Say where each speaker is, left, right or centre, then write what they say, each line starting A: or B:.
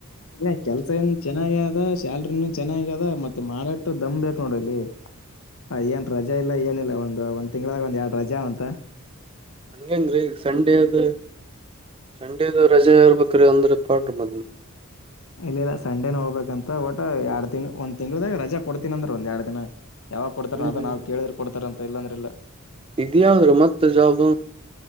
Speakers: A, on the left; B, on the right.
A: ಇಲ್ಲ ಕೆಲಸ ಏನ್ ಚೆನ್ನಾಗದ್ ಅದ ಶ್ಯಾಲ್ರಿ ಚೆನ್ನಾಗ್ಯದ ಮತ್ತ್ ಮಾಡಾಟ್ ದಮ್ ಬೇಕು ನೋಡಿಲ್ಲಿ ಹೆ ಏನ್ ರಜಾ ಇಲ್ಲ ಏನಿಲ್ಲ ಒಂದು ಒಂದ್ ತಿಂಗಳಗ ಒಂದ್ ಎರಡ್ ರಜಾ ಅವಾಂತ
B: ಹಂಗಂಗ್ರೀ ಸಂಡೇದು ಸಂಡೇದು ರಜೆ ಇರ್ಬೇಕ್ ನೌಕ್ರಿ ಅಂದ್ರೆ ಪಾಡ್ರಿ ಮ್
A: ಇಲ್ಲ ಇಲ್ಲ ಸಂಡೇನು ಹೋಗ್ಬೇಕಂತೆ ಒಟ್ಟ ಎರಡ್ ತಿಂಗ್ ಒಂದ್ ತಿಂಗಳದಾಗ ರಜಾ ಕೊಡ್ತೀನ ಅಂದ್ರೂ ಒಂದ್ ಎರಡ್ ದಿನ ಯಾವಾಗ ಕೊಡ್ತಾರ
B: ಹ್ಮ್
A: ಅದನ್ನ ನಾವು ಕೇಳಿದ್ರೆ ಕೊಡ್ತಾರ ಅಂತ ಇಲ್ಲ ಅಂದ್ರ ಇಲ್ಲ
B: ಇದ ಯಾವ್ದ್ರಿ ಮತ್ತ ಜಾಬ್